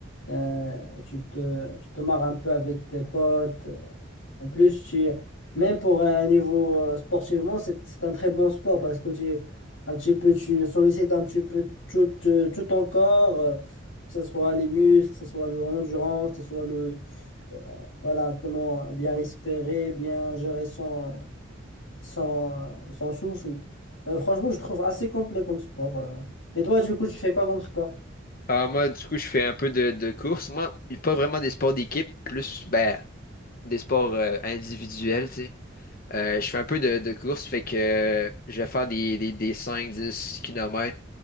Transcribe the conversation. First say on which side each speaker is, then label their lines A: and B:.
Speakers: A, on the left; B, on the left.
A: Euh, tu te, tu te marres un peu avec tes potes. En plus, tu, même pour un niveau euh, sportivement, c'est c'est un très bon sport parce que tu, un petit peu, tu sollicites un petit peu tout, euh, tout ton corps, euh, que ce soit les muscles, que ce soit l'endurance, que ce soit le, euh, voilà, comment bien respirer, bien gérer son, son, son souffle. Euh, franchement, je trouve assez complet comme sport. euh. Et toi, du coup, tu fais quoi comme sport?
B: Ah, moi, du coup, je fais un peu de, de course. Moi, pas vraiment des sports d'équipe, plus ben, des sports euh, individuels, tu sais. Euh, je fais un peu de, de course, fait que euh, je vais faire des, des, des cinq dix km